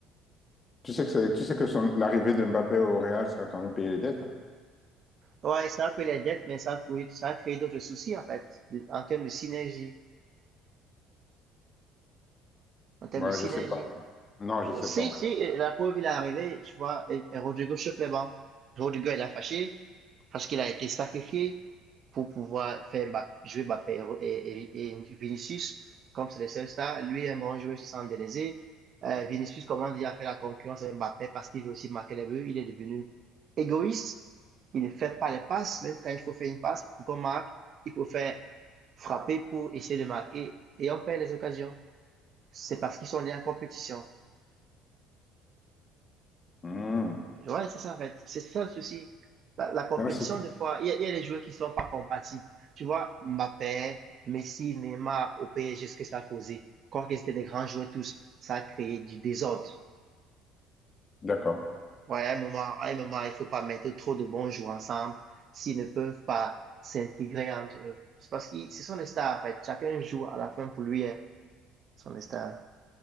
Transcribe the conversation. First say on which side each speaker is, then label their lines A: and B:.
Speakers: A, on the left; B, on the right.
A: Tu sais que, c'est- tu sais que son- l'arrivée de Mbappé au Real, ça va quand même payer les dettes. Hein?
B: Ouais, ça a pris les dettes, mais ça a créé, ça a créé d'autres soucis, en fait, de- en termes de synergie. En termes
A: Ouais,
B: de
A: je
B: synergie.
A: sais pas. en fait. Non, je sais
B: Si,
A: pas en
B: si,
A: fait.
B: la preuve, il est arrivé, tu vois, et, et Rodrigo chauffe les bancs. Rodrigo, il a fâché. parce qu'il a été sacrifié pour pouvoir faire jouer Mbappé et, et- et Vinicius, comme c'est le seul star. Lui un bon joueur, se sent délaisé. Euh, Vinicius commence déjà à faire la concurrence avec Mbappé parce qu'il veut aussi marquer les buts. Il est devenu égoïste. Il ne fait pas les passes. Même quand il faut faire une passe pour qu'on marque, il faut faire frapper pour essayer de marquer. Et on perd les occasions. C'est parce qu'ils sont liés en compétition.
A: Hmm.
B: Ouais, c'est ça en fait. C'est ça le souci. La, la compétition,
A: Ah, c'est-
B: des fois, il y a, il y a des joueurs qui sont pas compatibles. Tu vois, Mbappé, Messi, Neymar au PSG, ce que ça a causé. Quand ils étaient des grands joueurs tous, ça a créé du désordre.
A: D'accord.
B: Ouais, à un moment, à un moment, il faut pas mettre trop de bons joueurs ensemble s'ils ne peuvent pas s'intégrer entre eux. C'est parce que ce sont des stars en fait. Chacun joue à la fin pour lui. hein. Ce sont des stars.